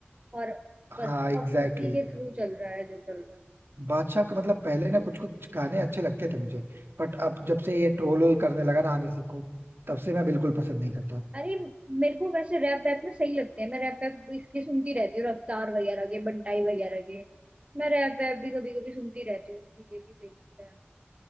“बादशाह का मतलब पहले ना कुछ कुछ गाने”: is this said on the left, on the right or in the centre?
Right